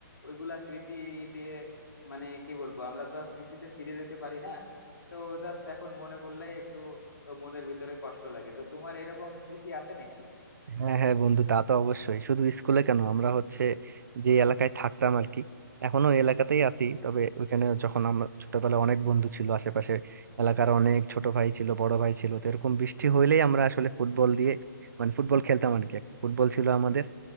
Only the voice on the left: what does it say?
ওইগুলা স্মৃতি দিয়ে মানে কি বলবো আমরা তো আর স্মৃতিতে ফিরে যেতে পারি না তো জাস্ট এখন মনে পড়লেই একটু মনের ভিতরে কষ্ট লাগে তো তোমার এরকম স্মৃতি আছে নাকি